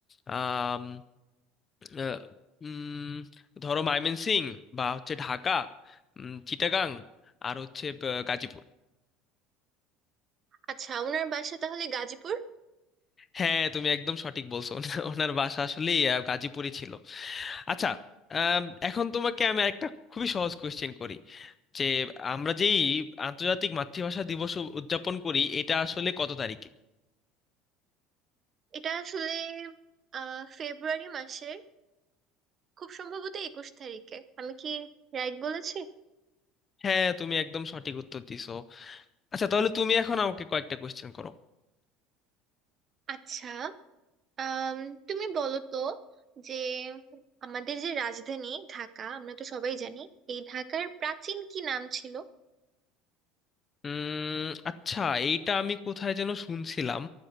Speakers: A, on the left (about 20°); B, on the right (about 25°).
A: আম, আহ, উম, ধরো ময়মনসিংহ বা হচ্ছে ঢাকা উম, চিটাগাং আর হচ্ছে আহ, গাজীপুর
B: আচ্ছা ওনার বাসা তাহলে গাজীপুর
A: হ্যাঁ তুমি একদম সঠিক বলছো ওনার ওনার বাসা আসলে গাজীপুরই ছিল আচ্ছা আম, এখন তোমাকে আমি একটা খুবই সহজ কোশ্চেন করি যে আমরা যেই আন্তর্জাতিক মাতৃভাষা দিবস উ- উদযাপন করি এটা আসলে কত তারিখে
B: এটা আসলে আহ ফেব্রুয়ারি মাসের খুব সম্ভবত একুশ তারিখে আমি কি রাইট বলেছি
A: হ্যাঁ তুমি একদম সঠিক উত্তর দিছো আচ্ছা তাহলে তুমি এখন আমাকে কয়েকটা কোশ্চেন করো
B: আচ্ছা আম, তুমি বলো তো যে আমাদের যে রাজধানী ঢাকা আমরা তো সবাই জানি এই ঢাকার প্রাচীন কি নাম ছিল
A: উম আচ্ছা এইটা আমি কোথায় যেন শুনছিলাম